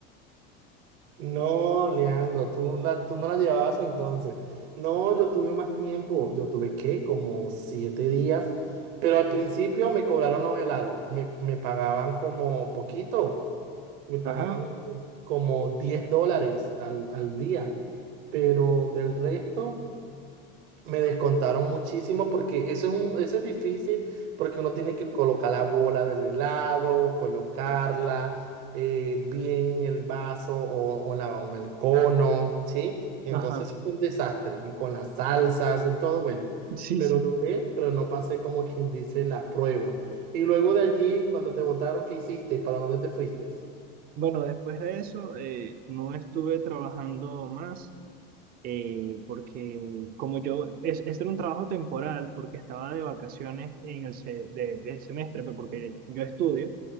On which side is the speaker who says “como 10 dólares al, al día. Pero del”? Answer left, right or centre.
Right